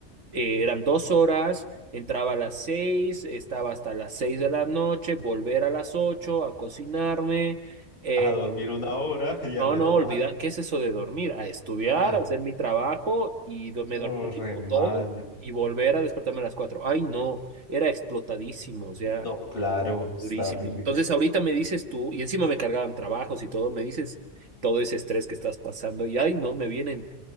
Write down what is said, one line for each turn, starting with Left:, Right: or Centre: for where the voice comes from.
Right: Eh, eran dos horas, entraba a las 6, estaba hasta las 6 de la noche, volver a las 8 a cocinarme. Eh,
Left: a dormir una hora y a
Right: no,
Left: retomar.
Right: no, olvidar, ¿qué es eso de dormir? A estudiar,
Left: No,
Right: a hacer mi trabajo y do- me
Left: Oh,
Right: dormía tipo
Left: re mal.
Right: todo y volver a despertarme a las 4. Ay, no, era explotadísimo, o sea.
Left: no. Claro, está
Right: Durísimo.
Left: horrible.
Right: Entonces, ahorita me dices tú, y encima me cargaban trabajos y todo, me dices todo ese estrés que estás pasando, y ay, no, me vienen